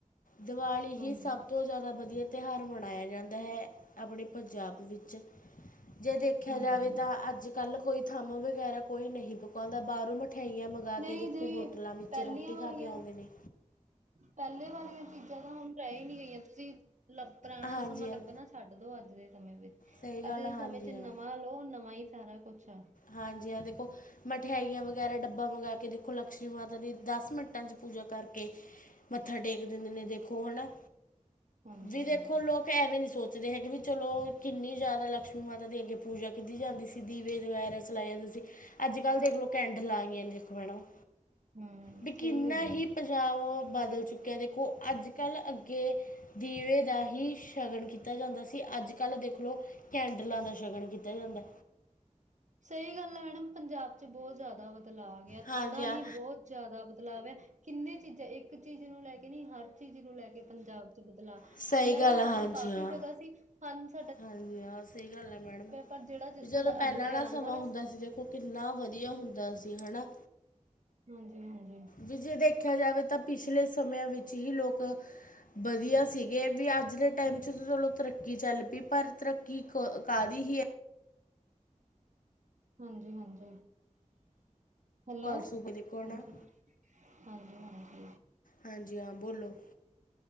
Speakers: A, on the left; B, on the right.
A: ਦੀਵਾਲੀ ਹੀ
B: ਹਾਂਜੀ
A: ਸਭ ਤੋਂ ਜ਼ਿਆਦਾ ਵਧੀਆ ਤਿਉਹਾਰ ਮਨਾਇਆ ਜਾਂਦਾ ਹੈ। ਆਪਣੇ ਪੰਜਾਬ ਵਿੱਚ, ਜੇ ਦੇਖਿਆ
B: ਹਾਂਜੀ
A: ਜਾਵੇ ਤਾਂ ਅੱਜ ਕੱਲ ਕੋਈ ਥੰਮ ਵਗੈਰਾ ਕੋਈ ਨਹੀਂ ਪਕਾਉਂਦਾ ਬਾਹਰੋਂ ਮਿਠਾਈਆਂ ਮੰਗਾਵਾ
B: ਨਹੀਂ
A: ਕੇ ਦੇਖੋ
B: ਜੀ
A: ਹੋਟਲਾਂ ਵਿੱਚ
B: ਪਹਿਲੀਆਂ
A: ਰੋਟੀ
B: ਵਾਲੀਆਂ
A: ਖਾ ਕੇ ਆਉਂਦੇ ਨੇ।
B: ਪਹਿਲੇ ਵਾਲੀਆਂ ਚੀਜ਼ਾਂ ਤਾਂ ਹੁਣ ਰਹਿ ਹੀ ਨਹੀਂ ਗਈਆਂ ਤੁਸੀਂ ਲ ਪੁਰਾਣਾ
A: ਹਾਂਜੀ
B: ਸਮਾਂ ਲੱਭਣਾ
A: ਹਾਂ
B: ਛੱਡ ਦੋ ਅੱਜ ਦੇ ਸਮੇਂ ਵਿੱਚ।
A: ਸਹੀ ਗੱਲ
B: ਅੱਜ ਦੇ
A: ਹਾਂਜੀ
B: ਸਮੇਂ ਚ
A: ਹਾਂ
B: ਨਵਾਂ ਲੋ ਨਵਾਂ ਹੀ ਸਾਰਾ ਕੁਛ ਆ।
A: ਹਾਂਜੀ ਹਾਂ ਦੇਖੋ ਮਠਿਆਈਆਂ ਵਗੈਰਾ ਡੱਬਾ ਮੰਗਵਾ ਕੇ ਦੇਖੋ ਲਕਸ਼ਮੀ ਮਾਤਾ ਦੀ ਦਸ ਮਿੰਟਾਂ ਚ ਪੂਜਾ ਕਰਕੇ, ਮੱਥਾ ਟੇਕ ਦਿੰਦੇ ਨੇਦੇਖੋ ਹਨਾਂ।
B: ਹਾਂਜੀ
A: ਵੀ ਦੇਖੋ
B: ਹਾਂਜੀ
A: ਲੋਕ ਐਵੇਂ ਨੀ ਸੋਚਦੇ ਹੈਗੇ ਵੀ ਚਲੋ ਕਿੰਨੀ ਜ਼ਿਆਦਾ ਲਕਸ਼ਮੀ ਮਾਤਾ ਦੀ ਅੱਗੇ ਪੂਜਾ ਕੀਤੀ ਜਾਂਦੀ ਸੀ ਦੀਵੇ ਵਗੈਰਾ ਚਲਾਇਆ ਸੀਂ। ਅੱਜ- ਕੱਲ੍ਹ ਦੇਖਲੋ ਕੈਂਡਲ ਆ <inaudible>
B: ਹਮ
A: ਬੀ
B: ਸਹੀ
A: ਕਿੰਨਾ
B: ਗੱਲ
A: ਹੀ।
B: ਆ
A: ਪੰਜਾਬ ਓ ਬਦਲ ਚੁੱਕਿਆ ਦੇਖੋ, ਅੱਜ- ਕੱਲ੍ਹ ਅੱਗੇ ਦੀਵੇ ਦਾ ਹੀ ਸ਼ਗਨ ਕੀਤਾ ਜਾਂਦਾ ਸੀ। ਅੱਜ -ਕੱਲ੍ਹ ਦੇਖ ਲੋ ਕੈਂਡਲਾਂ ਦਾ ਸ਼ਗਨ ਕੀਤਾ ਜਾਂਦਾ।
B: ਸਹੀ ਗੱਲ ਹੈ ਮੈਡਮ ਪੰਜਾਬ ਚ ਬਹੁਤ ਜ਼ਿਆਦਾ ਬਦਲਾਵ ਆ ਗਿਆ
A: ਹਾਂਜੀ
B: ਥੋੜਾ
A: ਹਾਂ
B: ਨੀ ਬਹੁਤ। ਜ਼ਿਆਦਾ ਬਦਲਾਵ ਹੈ ਕਿੰਨੇ ਚੀਜ਼ਾਂ ਇੱਕ ਚੀਜ਼ ਨੂੰ ਲੈ ਕੇ ਨਹੀਂ ਹਰ ਚੀਜ਼ ਨੂੰ ਲੈ ਕੇ ਪੰਜਾਬ ਚ ਬਦਲਾਵ।
A: ਸਹੀ
B: ਪਹਿਲਾਂ
A: ਗੱਲ
B: ਤਾਂ ਸਮਾਂ
A: ਆ, ਹਾਂਜੀ
B: ਕਾਫ਼ੀ
A: ਹਾਂ
B: ਜਗ੍ਹਾ ਸੀ ਹਾਂਜੀ।
A: ਹਾਂਜੀ ਆਹ ਸਹੀ ਗੱਲ ਹੈ ਮੈਡਮ
B: ਪਰ ਜਿਹੜਾ
A: ਜਦੋਂ
B: ਸਾਡਾ
A: ਪਹਿਲਾਂ
B: ਅਗਲੇ
A: ਦਾ
B: ਆਉਣ
A: ਸਮਾਂ
B: ਵਾਲਾ
A: ਹੁੰਦਾ ਸੀ ਦੇਖੋ। ਕਿੰਨਾ ਵਧੀਆ ਹੁੰਦਾ ਸੀ ਹਨਾ।
B: ਹਾਂਜੀ ਹਾਂਜੀ।
A: ਵੀ ਜੇ ਦੇਖਿਆ ਜਾਵੇ ਤਾਂ ਪਿਛਲੇ ਸਮਿਆਂ ਵਿੱਚ। ਜੀ ਲੋਕ ਵਧੀਆ ਸੀਗੇ ਵੀ ਅੱਜ ਦੇ ਟਾਈਮ 'ਚ ਤਾਂ ਚਲੋ ਤਰੱਕੀ। ਤਰੱਕੀ ਚੱਲ ਪਈ ਪਰ ਤਰੱਕੀ ਕਾਹਦੀ ਹੀ ਹੈ।
B: ਹਾਂਜੀ ਹਾਂਜੀ। ਹੈਲੋ,
A: ਆਲਸੂ ਦੇਖੋ ਨਾ
B: ਹਾਂਜੀ, ਹਾਂਜੀ ਹਾਂਜੀ।
A: ਹਾਂਜੀ ਹਾਂ ਬੋਲੋ।